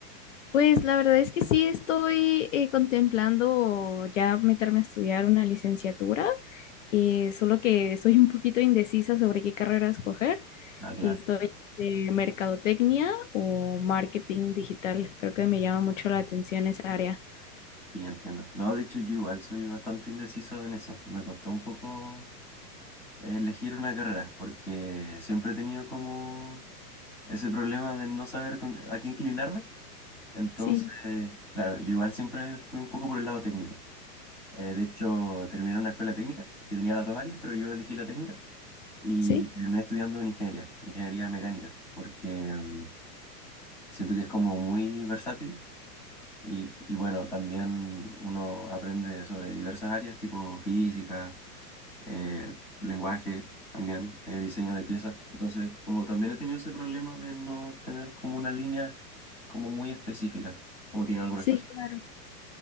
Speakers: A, on the left (about 50°); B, in the centre.
A: Pues la verdad es que sí estoy eh, contemplando ya meterme a estudiar una licenciatura. Eh, solo que soy un poquito indecisa sobre qué carrera escoger.
B: Ah, claro.
A: Estoy de mercadotecnia o marketing digital. Creo que me llama mucho la atención esa área.
B: Sí, entiendo. No, de hecho, yo igual soy bastante indeciso en eso. Me costó un poco elegir una carrera porque siempre he tenido como ese problema de no saber con- a qué inclinarme. Entonces,
A: Sí,
B: claro, yo igual siempre fui un poco por el lado técnico. Eh, de hecho, terminé en una escuela técnica que tenía las dos áreas, pero yo elegí la técnica. Y
A: sí,
B: terminé estudiando en ingeniería, ingeniería mecánica, porque mm, siento que es como muy versátil y, y bueno, también uno aprende sobre diversas áreas, tipo física, eh, lenguaje, también eh, diseño de piezas. Entonces, como también he tenido ese problema de no tener como una línea como muy específica, como tienen algunas
A: sí,
B: personas.
A: claro.